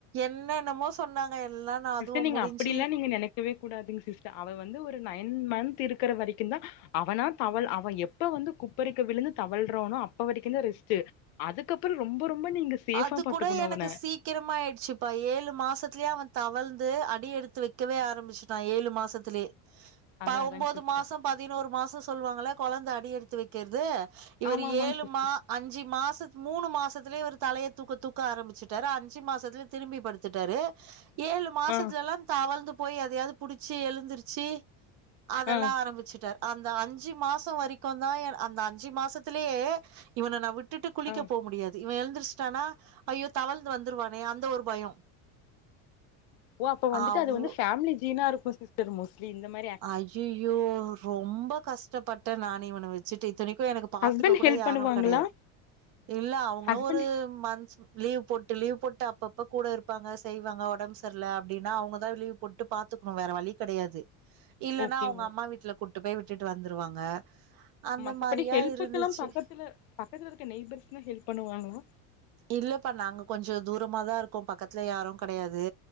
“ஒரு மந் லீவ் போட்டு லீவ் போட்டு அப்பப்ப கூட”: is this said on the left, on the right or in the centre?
Right